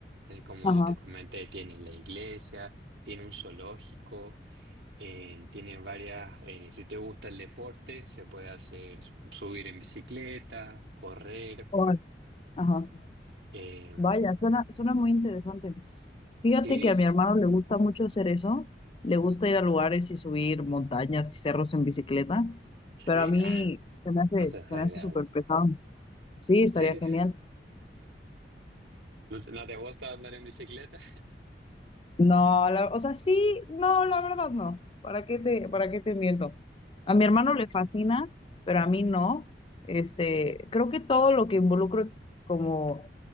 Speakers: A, on the right; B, on the left.
A: eh, Como
B: ajá,
A: te comenté, tiene la iglesia, tiene un zoológico, eh, tiene varias, eh, si te gusta el deporte, se puede hacer s- subir en bicicleta, correr.
B: órale, ajá.
A: eh,
B: Vaya, suena, suena muy interesante. Fíjate
A: sí,
B: que a
A: s-
B: mi hermano le gusta mucho hacer eso, le gusta ir a lugares y subir montañas y cerros en bicicleta,
A: sí,
B: pero a mí
A: ah,
B: se me
A: entonces
B: hace,
A: está
B: se me
A: ideal.
B: hace súper pesado. Sí, estaría
A: ¿Sí?
B: genial.
A: ¿No te no te gusta andar en bicicleta?
B: No, la- o sea, sí, no, la verdad no. ¿Para qué te, para qué te miento? A mi hermano
A: <laughs>
B: le fascina, pero a mí no. Este, creo que todo lo que involucro como